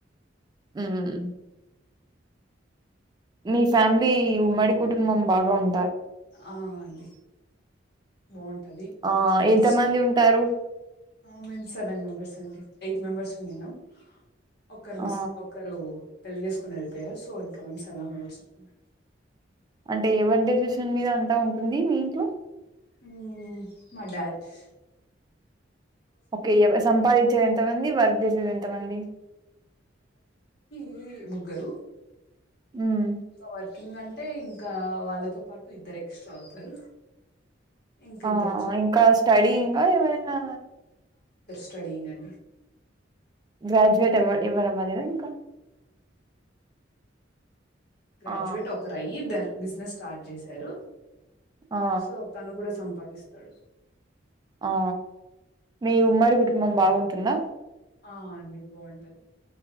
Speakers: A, on the right (about 20°); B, on the left (about 60°).
A: ఉమ్ మీ ఫ్యామిలీ ఉమ్మడి కుటుంబం బాగా ఉం
B: ఆ అండి బాగుంటది నాకు
A: ఆ
B: చాలా
A: ఎంతమంది
B: ఇష్టం
A: ఉంటారు
B: ఆ మేన్స్ సెవెన్ మెంబెర్స్ అండి యైట్ మెంబెర్స్ ఉన్నాం ఒకరు
A: ఆ
B: మిస్ ఒకరూ పెళ్లి చేసుకునే పేల్ సో ఇంకా మమ్స్ సలా ఉట్స్ వాట్
A: అంటే ఎవరి డెసిషన్ మీద అంతా ఉంటుంది మీ ఇంట్లో
B: ఊ మడాడ్స్
A: ఓకే ఎవరు సంపాదించేది ఎంతమంది వర్క్ చేసేది ఎంతమంది
B: ఈ ముగ్గురు
A: మ్మ్
B: సో వర్కింగ్ అంటే ఇం ఇకా వాళ్ళతో పాటు ఇద్దరు ఎక్స్ట్రా అవుతారు ఇంకా
A: ఆ
B: ఇద్దరు చదువు
A: ఇంకా స్టడీ ఇంకా ఎవరైనా
B: స్టడింగ్ అండి
A: గ్రాజ్యూవేట్ ఎవరు ఎవరూ అవ్వలేదా ఇం
B: గ్రాజ్యువెట్
A: ఆ
B: ఒక్కర్ అయి ద్దన్ బిజినెస్ స్టార్ట్ చేశారు
A: ఆ
B: సో తను కూడా సం ఉపాదిస్తాడు
A: ఆ మీ ఉమ్మడి కుటుంబం బాగుంటుందా
B: ఆ అండి బంటది